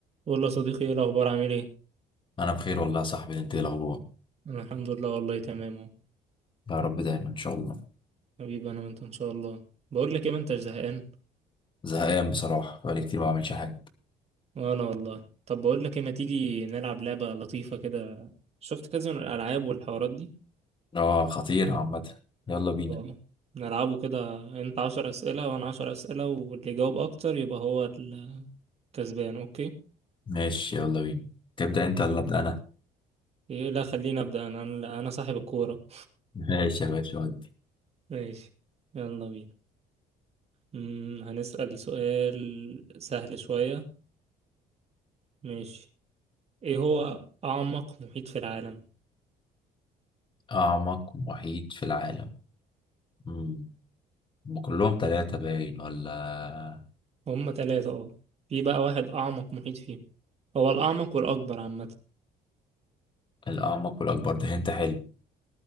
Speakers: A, on the right (about 40°); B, on the left (about 30°).
A: بقول له يا صديقي ايه الاخبار عامل ايه
B: انا بخير والله يا صاحبي انت إيه الاخبار
A: انا الحمد لله والله تمام اهو
B: يا رب دايما ان شاء الله
A: حبيبي انا وانت ان شاء الله بقول لك ايه ما انتش زهقان
B: زهقان بصراحه بقالي كتير ما بعملش حاجه
A: وانا والله طب بقول لك ايه ما تيجي نلعب لعبه لطيفه كده شفت كذا من الالعاب والحوارات دي
B: اه خطير عامه يلا بينا
A: اه نلعبه كده انت عشر اسئله وانا عشر اسئله واللي يجاوب اكتر يبقى هو الكسبان اوكي
B: ماشي يلا بينا تبدا انت ولا ابدا انا
A: ايه لا خليني ابدا انا انا أنا صاحب الكوره
B: ماشي يا باشا ودي
A: <laughs> ماشي يلا بينا أمم، هنسال سؤال سهل شويه ماشي ايه هو أعمق محيط في العالم
B: اعمق محيط في العالم امم هم كلهم ثلاثه باين ولا
A: هما تلاتة اه في بقى واحد أعمق محيط فيهم هو الأعمق والأكبر عامة
B: الاعمق والاكبر ده انت حلو